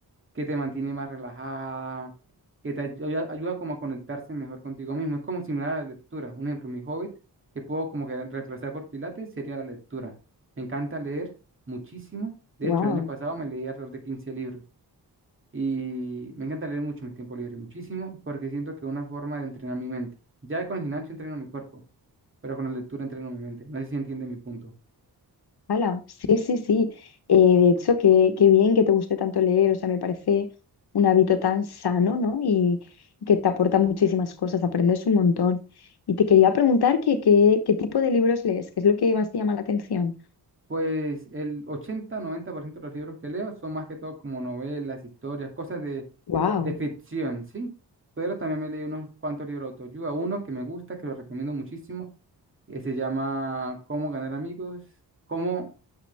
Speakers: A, on the right; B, on the left.
A: que te mantiene más relajada, que te ayuda, ayuda como a conectarse mejor contigo mismo. Es como similar a la lectura. Un ejemplo, mi hobbit, que puedo como que reemplazar por Pilates, sería la lectura. Me encanta leer muchísimo. De
B: wow.
A: hecho, el año pasado me leí alrededor de 15 libros. Y me encanta leer mucho en mis tiempos libres, muchísimo, porque siento que es una forma de entrenar mi mente. Ya con el gimnasio entreno mi cuerpo, pero con la lectura entreno mi mente. No sé si entiende mi punto.
B: Hala, sí, sí, sí. Eh, de hecho, qué, qué bien que te guste tanto leer, o sea, me parece un hábito tan sano, ¿no? Y, y que te aporta muchísimas cosas, aprendes un montón. Y te quería preguntar que, qué qué tipo de libros lees, qué es lo que más te llama la atención.
A: Pues el ochenta noventa por ciento de los libros que leo son más que todo como novelas, historias, cosas de,
B: Wow.
A: de ficción, ¿sí? Pero también me leí unos cuantos libros de autoayuda. Uno que me gusta, que lo recomiendo muchísimo, que se llama Cómo ganar amigos, cómo,